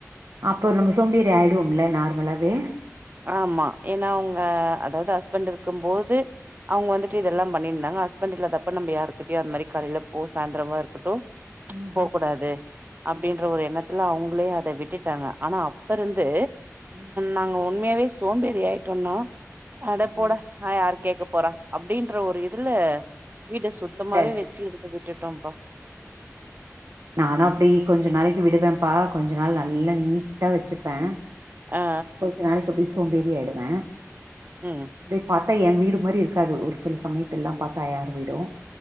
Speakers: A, on the right (about 70°); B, on the right (about 35°).
A: அப்போ நம்ம சோம்பேறி ஆய்டுவோமில்ல நார்மலாவே
B: ஆமா ஏனா அவுங்க அதாவது ஹஸ்பண்ட் இருக்கும்போது அவுங்க வந்துட் பண்ணிந்தாங்க ஹஸ்பண்ட் இல்லாதப்ப நம்ம யாருக்கிட்டயா அந்தமாரி காலேல போ சாந்திரமா இருக்கட்டு
A: ம்
B: போகூடாது
A: ம்
B: அப்டின்ற
A: ஆ
B: ஒரு என்னத் து அவுங்களே அத விட்டுட்டாங்க ஆனா அப்ப இருந்து
A: ஆ
B: நாங்க உண்மயாவே சு சோம்பேறி ஆயிட்டோன்னா அட
A: ஆ
B: போட ஆ யாரு கேக்க போற அப்டின்ற ஒரு இது க்குல வீட சுத்தமாவே
A: விட்டாச்சு
B: வச்சி <unintelligible> உட்டுட்டோம்ப்பா
A: நானா அப்டி கொஞ்ச நாளைக்கு விடுவேப்பா கொஞ்ச நாள் நல்ல நீட்டா வெச்சுப்பெ
B: ஆ
A: கொஞ்ச நாளைக்கு அப்டி சோம்பேறி ஆய்டுவ
B: ம்
A: அட்டே பாத்தா எ வீடு மாரிருக்காது ஒரு சில சமயத்துல்லா பாத்தா யார் வீடூ